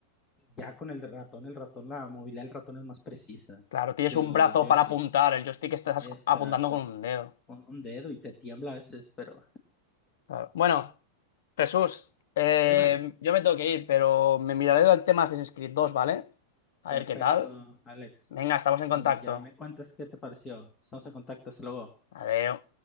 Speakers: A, on the left; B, on the left.
A: Y Ya con el ratón, el ratón, la movilidad del ratón es más precisa
B: Claro, tienes
A: que
B: un
A: los
B: brazo
A: joysticks.
B: para apuntar, el joystick estás
A: Exacto.
B: apuntando con un dedo.
A: Un, un dedo y te tiembla a veces, pero
B: Claro. Bueno. Jesús, eh,
A: dime.
B: yo me tengo que ir, pero me miraré el tema Assassin's Creed 2, ¿vale? A
A: Perfecto,
B: ver qué tal.
A: Alex.
B: Venga, estamos en
A: Muy
B: contacto.
A: bien, ya me cuentas qué te pareció. Estamos en contacto, hasta luego.
B: Adiós.